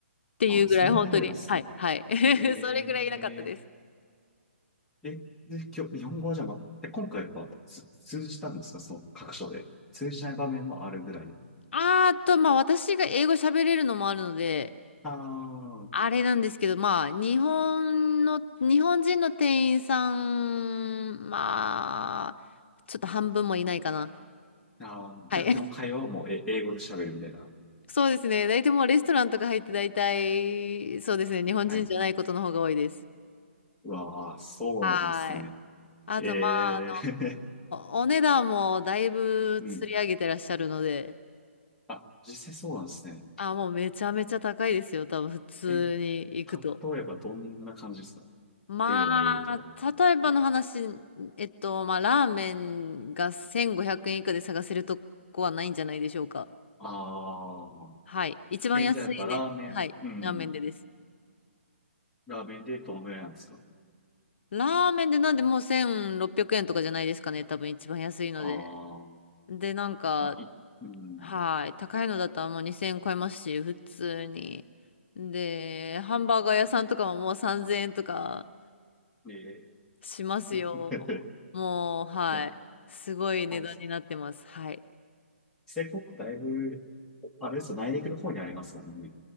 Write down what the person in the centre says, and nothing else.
あ、そんなレベルなんですね。
ええ
え、で、今日、日本語はじゃあま、え、今回はつ通じたんですかその、各所で。通じない場面もあるぐらい。
ああ、
ああ、
じゃあ基本会話はもうえ英語で喋るみたいな。
はい。うわあ、そうなんですね。
ええ
<laughs> うん。あ、実際そうなんですね。
え、例えばどんな感じですか
例を挙げると。
ああ、
え、じゃあやっぱラーメン、
うん。
ラーメンでどのぐらいなんですか
ああ、
まあ、い、うん。
え
ー、<laughs> い
やっ
ぱり、
成功だいぶ、あれですよ、内陸の方にありますからね。